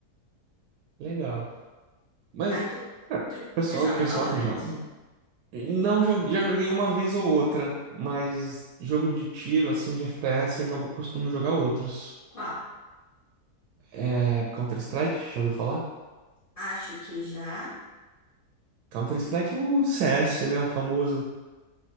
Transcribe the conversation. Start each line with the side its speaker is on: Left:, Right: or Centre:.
Right: Legal. Mas,
Left: Aí tu, tu,
Right: pessoal,
Left: tu joga
Right: o pessoal
Left: valorante?
Right: que joga. Não joguei, já joguei uma vez ou outra, mas jogo de tiro, assim, de FPS, eu jogo- costumo jogar outros.
Left: Qual?
Right: É, Counter-Strike, já ouviu falar?
Left: Acho que já.
Right: Counter-Strike é o CS, né? O famoso.